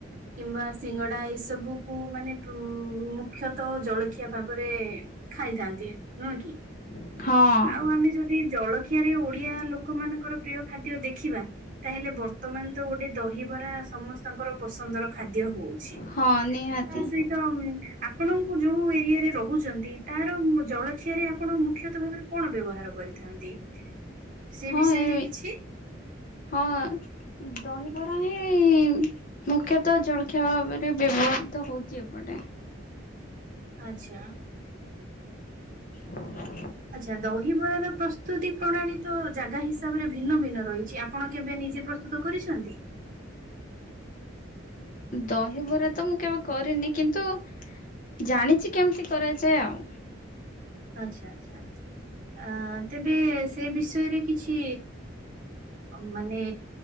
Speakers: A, on the right (about 45°); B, on the left (about 45°).
A: କିମ୍ବା ସିଙ୍ଗଡା ଏଇ ସବୁକୁ ମାନେ ଉ ମୁଖ୍ୟତଃ ଜଳଖିଆ ଭାବରେ ଖାଇଥାନ୍ତି ନୁଏଁ କି।
B: ହଁ।
A: ଆଉ ଆମେ ଯଦି ଜଳଖିଆରେ ଓଡିଆ ଲୋକମାନଙ୍କର ପ୍ରିୟ ଖାଦ୍ୟ ଦେଖିବା। ତାହେଲେ ବର୍ତ୍ତମାନ ତ ଗୋଟେ ଦହିବରା ସମସ୍ତଙ୍କର ପସନ୍ଦର ଖାଦ୍ୟ ହୋଉଛି
B: ହଁ ନିହାତି
A: ତା ସହିତ ଆପଣଙ୍କୁ ଯୋଉ ଏରିଆରେ ରହୁଚନ୍ତି। ତାର ଜଳଖିଆରେ ଆପଣ ମୁଖ୍ୟତଃ ଭାବରେ କଣ ବ୍ୟବହାର କରିଥାନ୍ତି? ସେ
B: ହଁ
A: ବିଷୟରେ
B: ଏ
A: କିଛି
B: ହଁ ଦହିବରା ହିଁ ମୁଖ୍ୟତଃ ଜଳଖିଆ ଭାବେରେ ବ୍ୟବହୃତ ହୋଉଚି ଏପଟେ।
A: ଆଚ୍ଛା।
B: <inaudible>
A: ଆଚ୍ଛା ଦହିବରା ର ପ୍ରସ୍ତୁତି ପ୍ରଣାଳୀ ତ ଜାଗା ହିଁ ତାପରେ ଭିନ୍ନ ଭିନ୍ନ ରହିଚି ଆପଣ କେବେ ନିଜେ ପ୍ରସ୍ତୁତ କରିଛନ୍ତି?
B: ଦହିବରା ତ ମୁଁ କେବେ କରିନି କିନ୍ତୁ ଜାଣିଚି କେମିତି କରାଯାଏ ଆଉ।
A: ଆଚ୍ଛା ଆଚ୍ଛା ଆ ତେବେ ସେ ବିଷୟରେ କିଛି ଅ ମାନେ